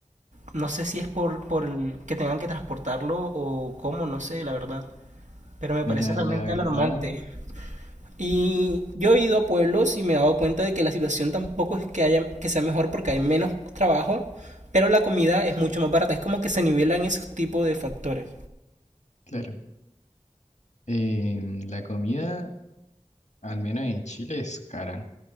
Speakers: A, on the right; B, on the left.
A: No sé si es por, por el que tengan que transportarlo o cómo, no sé, la verdad. pero me
B: mira,
A: parece realmente
B: la verdad,
A: alarmante. Y yo he ido a pueblos y me he dado cuenta de que la situación tampoco es que haya que sea mejor porque hay menos trabajo, pero la comida es mucho más barata. Es como que se nivelan esos tipos de factores.
B: claro. Eh, la comida Al menos en Chile es cara.